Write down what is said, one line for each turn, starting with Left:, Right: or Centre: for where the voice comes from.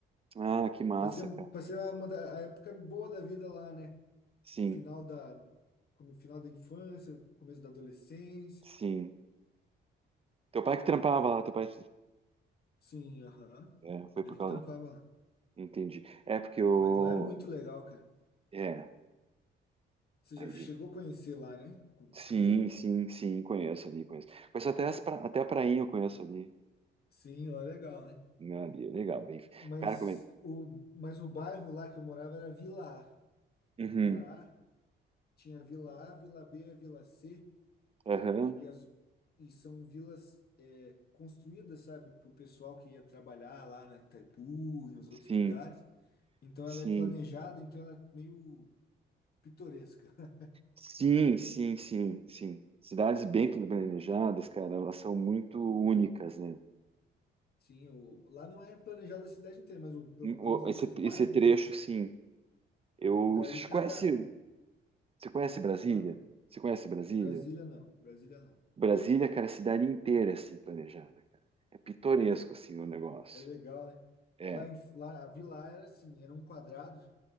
Right: Ah, que massa,
Left: Passei,
Right: cara.
Left: passei a, uma da- a época boa da vida lá, né?
Right: Sim,
Left: Final da, come- final da infância, começo da adolescência.
Right: sim. Teu pai que trampava lá, teu pai.
Left: Sim, aham.
Right: É, foi
Left: Ele
Right: por causa.
Left: que trampava lá.
Right: Entendi. É porque eu.
Left: Mas lá é muito legal, cara.
Right: É.
Left: Você
Right: aí
Left: já chegou a conhecer lá, né?
Right: Sim,
Left: Ou não?
Right: sim, sim, conheço ali, conheço. Conheço até, as pra... até a prainha eu conheço ali.
Left: Sim, lá é legal, né?
Right: Né, ali, é legal, bem.
Left: Mas
Right: Cara, como é que.
Left: o, mas o bairro lá que eu morava era Vila A.
Right: Uhum,
Left: A Vila A tinha Vila A, Vila B, a Vila C,
Right: aham,
Left: e, as, e são vilas é, construídas, sabe, para o pessoal que ia trabalhar lá na Itaipu e nos outros
Right: Sim,
Left: lugares. Então
Right: sim,
Left: ela é planejada, então ela é meio pitoresca.
Right: sim, sim, sim, sim. Cidades bem planejadas,
Left: <laughs>
Right: cara, elas são muito únicas, né?
Left: Sim, o, lá não é planejada a cidade inteira, mas o, pelo
Right: Hum, O-
Left: menos
Right: Esse,
Left: esses bairros,
Right: esse trecho,
Left: né?
Right: sim. Eu,
Left: Daí
Right: você
Left: cada.
Right: conhece, você conhece Brasília?
Left: Hã?
Right: Você conhece Brasília?
Left: Brasília não, Brasília não.
Right: Brasília, cara, é a cidade inteira é assim planejada, cara. É pitoresco, assim, o negócio.
Left: É legal, né?
Right: É.
Left: Lá, em, lá, a vila era assim, era um quadrado,